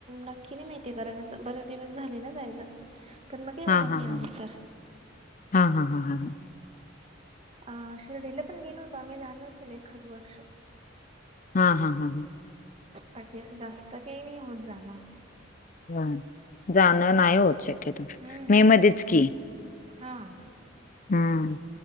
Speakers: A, on the right (about 30°); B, on the left (about 40°).
A: नक्की नाही माहिती, कारण असं बरेच दिवस झाले ना जायला. पण मग काय एवढं
B: हा हा,
A: नाही अंतर
B: हा हा हा हा हा हा.
A: आ शिर्डीला पण गेलो होतो आम्ही झाल असेल एखाद वर्ष.
B: हां हां हां.
A: बाकी असं जास्त काही नाही होत जाणा.
B: नाय जाणं नाही होत श
A: हम्म.
B: मे मध्येच की.
A: हा
B: हम्म